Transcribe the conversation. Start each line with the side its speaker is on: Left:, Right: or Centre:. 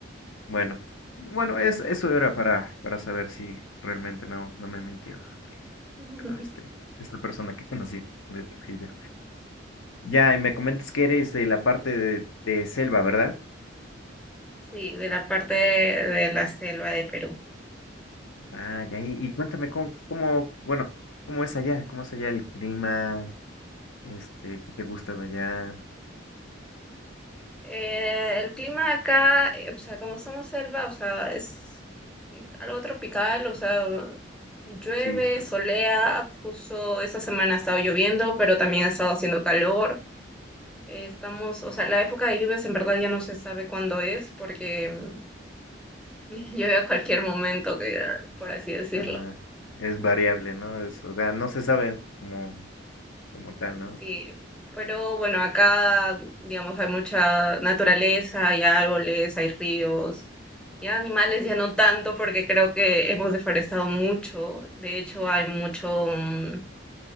Left: Bueno, bueno, es, eso era para, para saber si realmente no, no me mintió. mi-
Centre: <laughs>
Left: Bueno, este, esta persona que <laughs> conocí de Trujillo. Ya, y me comentas que eres de la parte de, de selva, ¿verdad?
Centre: Sí, de la parte de la selva de Perú.
Left: Ah, ya, y, y cuéntame cómo, cómo, bueno, cómo es allá, cómo es allá el clima, este, qué te gusta de allá.
Centre: Eh, el clima acá, eh, o sea, como somos selva, o sea, es algo tropical, o sea, llueve,
Left: Sí, es tropical.
Centre: solea, justo esta semana ha estado lloviendo, pero también ha estado haciendo calor. Eh, estamos, o sea, la época de lluvias en verdad ya no se sabe cuándo es, porque mm, <laughs> llueve a cualquier momento, que, por así decirlo.
Left: Ajá. Es variable, ¿no? Es, o sea, no se sabe como, como tal, ¿no?
Centre: Sí, pero bueno, acá, digamos, hay mucha naturaleza, hay árboles, hay ríos, y animales ya no tanto porque creo que hemos deforestado mucho. De hecho, hay mucho mm,